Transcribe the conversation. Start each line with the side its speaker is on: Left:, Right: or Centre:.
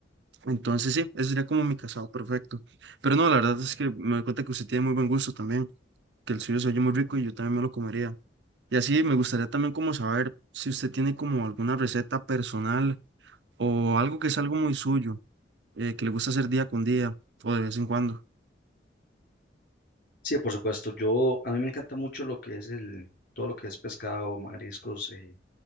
Right: Entonces sí, ese sería como mi casado perfecto. Pero no, la verdad es que me doy cuenta que usted tiene muy buen gusto también, que el suyo se oye muy rico y yo también me lo comería. Y así me gustaría también como saber si usted tiene como alguna receta personal o algo que es algo muy suyo, eh, que le gusta hacer día con día o de vez en cuando.
Left: Sí, por supuesto. Yo, a mí me encanta mucho lo que es el, todo lo que es pescado, mariscos, eh,